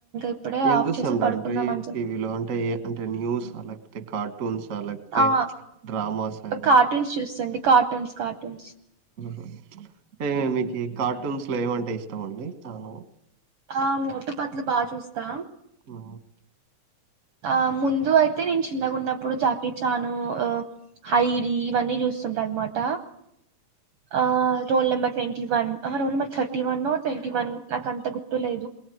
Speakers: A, on the right (about 65°); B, on the right (about 45°).
A: ఇప్పుడే
B: ఏం
A: ఆఫ్
B: చూసాను
A: చేసి పడుకుందాం
B: అంటే
A: అని చెప్పి
B: టీవీలో అంటే ఏ అంటే న్యూస్ లేకపోతే కార్టూన్స్ అంటే లేకపోతే
A: ఆ
B: డ్రామాస ఏమన్నా
A: కార్టూన్స్ చూస్తండి కార్టూన్స్ కార్టూన్స్
B: హ అంటే మీకు కార్టూన్స్ లో ఏమంటే ఇష్టామ అండి చాల
A: ఆ మోటుపట్లు బాగా చూస్తా
B: ఆ
A: ఆ ముందు అయితే నేను చిన్నగా ఉన్నప్పుడు జాకీ చాను హైడి ఇవన్నీ చూస్తుంటా అన్నమాట ఆ రోల్ నెంబర్ ట్వంటీ వన్ ఆ roll number thirty one twenty one నాక అంత గురుతు లేదు.